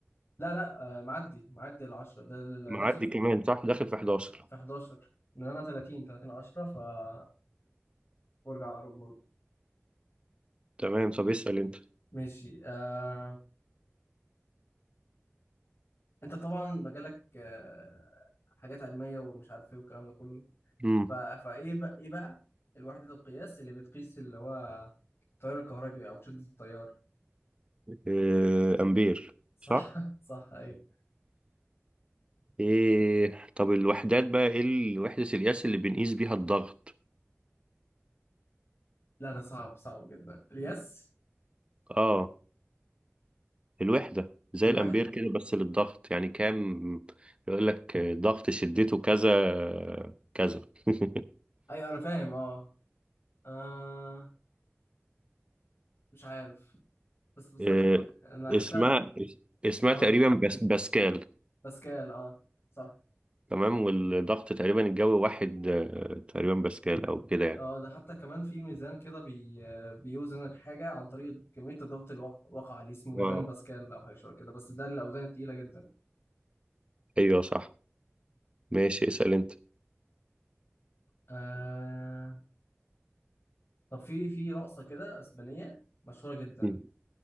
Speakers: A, on the left; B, on the right.
A: لا لا آه معدي معدي ال 10 ده ال-
B: معدي
A: داخل في
B: كمان صح داخل في 11
A: في 11 لان انا 30 30 10 فبرج عقرب برضه
B: تمام طب اسال انت
A: ماشي آه انت طبعا مجالك آه حاجات علميه ومش عارف ايه والكلام ده كله
B: امم
A: ف... فايه بقى ايه بقى الوحده القياس اللي بتقيس اللي هو التيار الكهربي او شده التيار
B: آه، امبير
A: صح
B: صح
A: <laughs> صح ايوه
B: ايه طب الوحدات بقى ايه ال- وحدة القياس اللي بنقيس بيها الضغط
A: لا ده صعب صعب جدا اليس
B: اه الوحدة زي
A: الوحدة
B: الامبير كده بس للضغط يعني كام يقول لك آه، ضغط شدته كذا آه، كذا <laughs>
A: ايوه انا فاهم اه آه مش عارف بس بس
B: آه،
A: انا فاكر انا اخدتها
B: اسمها
A: قبل
B: اسمها
A: كده. اه
B: تقريبا بس باسكال
A: باسكال اه صح
B: تمام والضغط تقريبا الجوي واحد آه، تقريبا باسكال او كده يعني
A: اه ده حتى كمان في ميزان كده بي... بيوزن الحاجة عن طريق كمية الضغط اللي وق- وقع عليه اسمه ميزان
B: آه،
A: باسكال أو حاجة شوية كده بس ده للأوزان التقيلة جدا
B: ايوه صح ماشي اسأل انت
A: آه... طب في في رقصة كده أسبانية مشهورة جدا
B: مم.